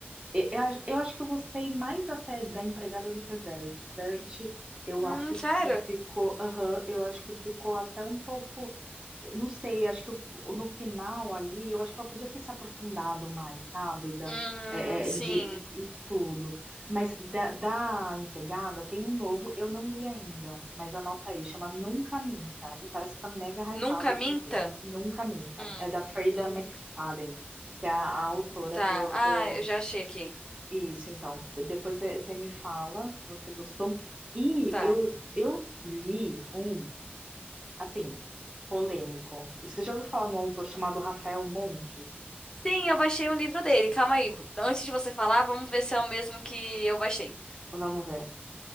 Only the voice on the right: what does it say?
e- eu, acho eu acho que eu gostei mais até da empregada do que a Verity. Verity, eu
acho que
ficou. Aham, eu acho que ficou até um pouco não sei, acho que eu- no final ali, eu acho que ela podia ter se aprofundado mais, sabe? Da,
é,
é, de, em tudo. Mas da, da empregada tem um novo, eu não li ainda, mas anota aí, chama Nunca Minta. E parece que tá mega hypado
também. Nunca Minta.
É da Freida
McFadden, que é a, a autora
do,
do.
Isso, então. Depois você você me fala se você gostou. E
eu, eu li um. Assim, polêmico. Você já ouviu falar num autor chamado Rafael Montes?
Vamos ver.